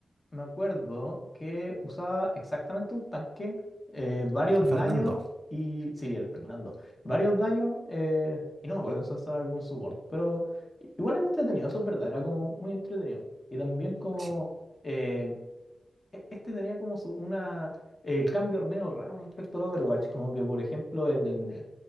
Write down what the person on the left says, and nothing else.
me acuerdo que usaba exactamente un tanque, eh, varios
daños
y... Sí, el Fernando. Varios daños eh, y no me acuerdo si usaba algún support, pero i- igual era entretenido, eso es verdad, era como muy entretenido. Y también como...
eh, e- Este tenía como su- una eh, cambio medio raro respecto al Overwatch. Como que, por ejemplo, en-